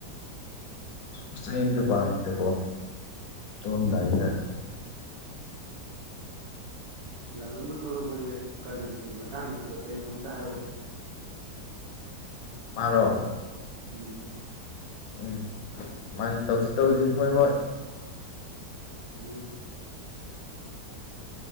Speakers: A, on the left; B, on the right.
A: ꯏꯁ ꯃꯆꯩ ꯑꯃꯇ ꯄꯥꯝꯃꯤꯗꯀꯣ ꯇꯨꯝꯃꯥꯝꯗꯥꯏꯁꯤꯗ꯫
B: ꯂꯥꯂꯨꯝꯕ ꯊꯣꯛꯂꯛꯄꯁꯦ ꯀꯅꯖꯤꯀꯤ ꯃꯇꯥꯡꯗ ꯑꯝꯇ ꯀꯩꯅꯣ ꯑꯝꯇ ꯍꯥꯏꯔꯛꯎꯅꯦ꯫
A: ꯃꯥꯔꯣ꯫
B: ꯎꯝ꯫
A: ꯎꯝ ꯃꯥꯥꯏ ꯇꯧꯁꯤ ꯇꯧꯁꯤ ꯍꯣꯏ ꯍꯣꯏ꯫
B: ꯎꯝ꯫